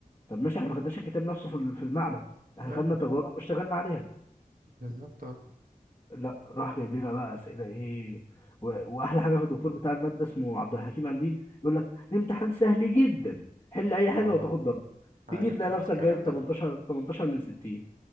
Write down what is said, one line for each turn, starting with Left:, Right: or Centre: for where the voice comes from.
Left: طب ماشي احنا ما خدناش الكتاب نفسه في ال- في المعمل احنا
Right: ايوه
Left: خدنا تجارب واشتغلنا عليها
Right: بالظبط اه
Left: لا راح جايب لنا بقى اسئله ايه و- واحلى حاجه في الدكتور بتاع الماده اسمه عبد الحكيم قنديل يقول لك الامتحان سهل جدا حل اي حاجه
Right: اه
Left: وتاخد درجه
Right: عارف
Left: تيجي تلاقي
Right: انا
Left: نفسك
Right: الكلام
Left: جايب
Right: ده
Left: 18 18 من 60